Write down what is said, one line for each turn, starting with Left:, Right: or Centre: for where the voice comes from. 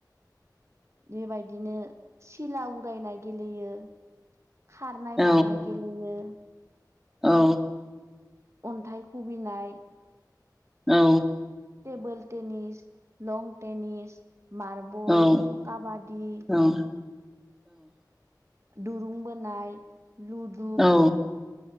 Right: बेबायदिनो सिला उरायनाय गेलेयो खारनाय
Centre: औ
Right: बारनाय गेले लेयो
Centre: औ
Right: अन्थाइ खुबैनाय
Centre: औ
Right: टेबोल टेनस लं टेनस मार्बल
Centre: औ-औ-औ
Right: काबादि दुरुं बोनाय लुद
Centre: औ